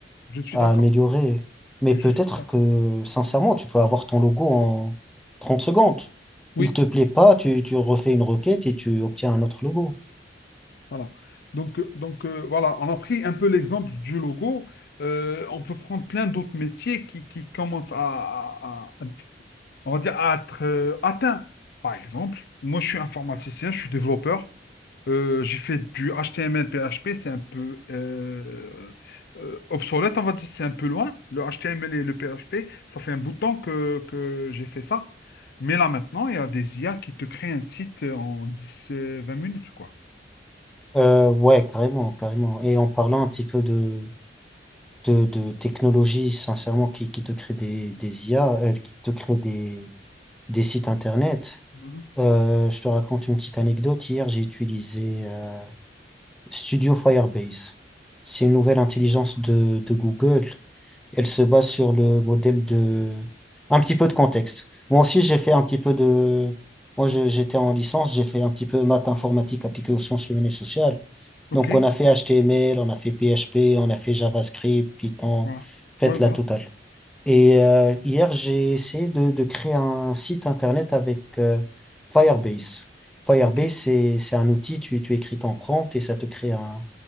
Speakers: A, on the left (about 60°); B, in the centre.
A: Je suis
B: à
A: d'accord.
B: améliorer. Mais
A: Oui,
B: peut-être
A: je suis d'accord.
B: que, sincèrement, tu peux avoir ton logo en 30 secondes.
A: Oui.
B: Il te plaît pas, tu, tu refais une requête et tu obtiens un autre logo.
A: Voilà. Donc, euh, donc euh, voilà, on a pris un peu l'exemple du logo. Euh, on peut prendre plein d'autres métiers qui, qui commencent à, à- à- on va dire, à être euh, atteints. Par exemple, moi, je suis informaticien, je suis développeur. Euh, j'ai fait du HTML, PHP, c'est un peu euh, euh, obsolète, on va dire, c'est un peu loin. Le HTML et le PHP, ça fait un bout de temps que, que j'ai fait ça. Mais là, maintenant, il y a des IA qui te créent un site en 10 vingt minutes, quoi.
B: Euh, ouais, carrément, carrément. Et en parlant un petit peu de, de, de technologie, sincèrement, qui, qui te crée des, des IA, euh, qui te crée des, des sites internet,
A: Mhm.
B: Euh, je te raconte une petite anecdote. Hier, j'ai utilisé euh, Studio Firebase. C'est une nouvelle intelligence de, de Google. Elle se base sur le modèle de... Un petit peu de contexte. Moi aussi, j'ai fait un petit peu de... Moi, je-
A: Ouais.
B: j'étais en licence, j'ai fait un petit peu maths informatique appliquée aux sciences humaines et sociales.
A: O- Ok,
B: Donc, on a fait HTML, on a fait PHP, on a fait JavaScript, Python,
A: voilà.
B: faites
A: Ouais, voilà.
B: la totale. Et euh, hier, j'ai essayé de, de créer un site internet avec euh, Firebase. Firebase,
A: Ok,
B: c'est, c'est un outil, tu, tu écris ton prompt et ça te crée un,